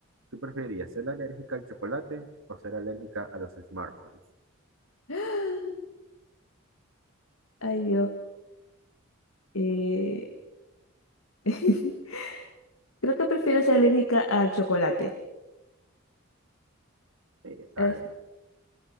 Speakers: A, on the right; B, on the left.
A: ¿Qué preferirías, ser alérgica al chocolate o ser alérgica a los smartphones?
B: <gasps> Ay, Dios. Eh, <laughs> Creo que prefiero ser alérgica al chocolate.
A: Sí, esa
B: Es-
A: es